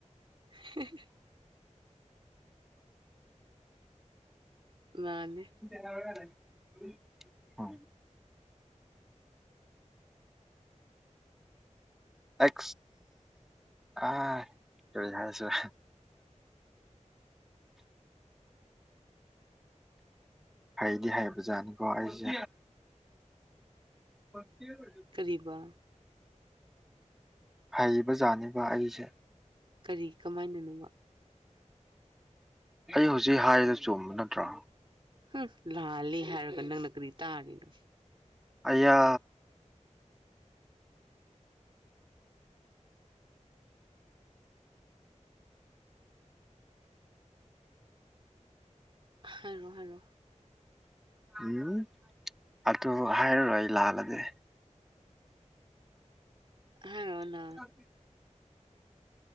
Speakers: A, on the right; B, in the centre.
A: <unintelligible> ꯃꯥꯅꯤ
B: <unintelligible> ꯍꯥ ꯑꯦꯋ ꯑ ꯀꯩ ꯍꯥꯏꯁꯤꯔ ꯍꯩꯗꯤ ꯍꯥꯏꯕꯖꯥꯠꯅꯤꯀꯣ ꯑꯩꯁꯦ <unintelligible>
A: ꯀꯔꯤꯕ
B: ꯍꯩꯕꯖꯥꯠꯅꯦꯕꯥ ꯑꯩꯁꯦ
A: ꯀꯔꯤ ꯀꯃꯥꯏꯅꯅꯣꯕꯥ
B: ꯑꯩ ꯍꯧꯖꯤꯛ ꯍꯥꯏꯔ ꯆꯨꯝꯕ ꯅꯠꯇ꯭ꯔꯣ
A: ꯍꯨꯝ ꯂꯥꯜꯂꯤ ꯍꯥꯏꯔꯒ ꯅꯪꯅ ꯀꯔꯤ ꯇꯥꯔꯤꯅꯣ
B: ꯑꯩꯌꯥ
A: ꯍꯥꯏꯔꯣ ꯍꯥꯏꯔꯣ
B: ꯎꯝ ꯑꯗꯨ ꯍꯥꯏꯔꯔꯣꯏ ꯂꯥꯜꯂꯒꯦ
A: ꯍꯥꯏꯔꯣ ꯅꯪ
B: <inaudible>